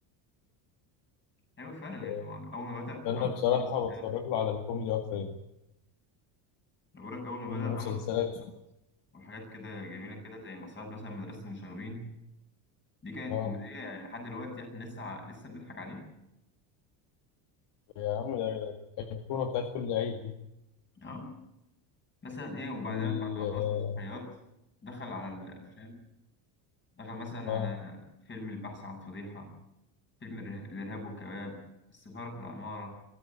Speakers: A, on the left; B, on the left.
A: ايوه فعلا يعني
B: ضحك
A: هو اول ما بدا
B: أنا
A: عمل
B: بصراحة
A: اصلا مسرحيات
B: بتفرج له على الكوميدي أكتر يعني
A: انا بقول لك اول ما
B: والمسلسلات
A: بدا عمل مسرحيات وحاجات كده جميله كده زي مسرحيه مثلا مدرسه المشاغبين دي كانت
B: آه
A: كوميديه يعني لحد دلوقتي احنا لسه ع- لسه بنضحك عليه
B: يا عم ده الكورة بتاعت كل عيد دي
A: اه مثلا ايه وبعدين
B: وال
A: بعد ما خلص المسرحيات دخل على الافلام دخل مثلا
B: آه
A: على فيلم البحث عن فضيحة فيلم الر- الارهاب والكباب السفارة في العمارة